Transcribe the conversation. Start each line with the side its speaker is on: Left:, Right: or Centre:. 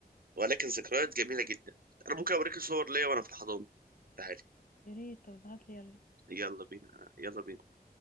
Right: ولكن ذكريات جميله جدا انا ممكن اوريك صور ليا وانا في الحضانه تعالي
Left: يا ريت طب ابعتلي يلا
Right: يلا بينا يلا بينا